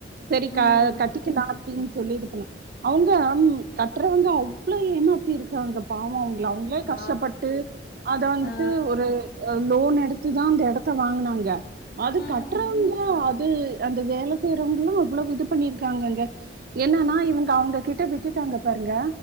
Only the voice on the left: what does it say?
ம், ம்,
ம்.
ஆ,
ஆ,
ம்,
ம்.